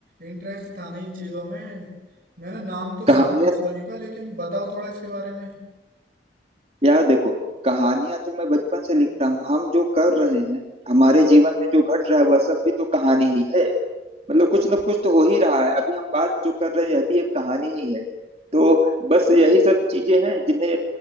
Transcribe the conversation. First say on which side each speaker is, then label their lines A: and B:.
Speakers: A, on the right (about 50°); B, on the right (about 35°).
A: इंटरेस्ट था नहीं इन चीजों में मैंने नाम तो
B: कहानियां
A: सुना है इस वाली का लेकिन बताओ थोड़ा इसके बारे में
B: यार देखो कहानियां तो मैं बचपन से लिखता हूँ हम जो कर रहे हैं हमारे जीवन में जो घट रहा है वह सब भी तो कहानी ही है मतलब कुछ ना कुछ तो हो ही रहा है अभी हम बात जो कर रहे हैं अभी एक कहानी ही है तो बस यही सब चीजें हैं जिन्हें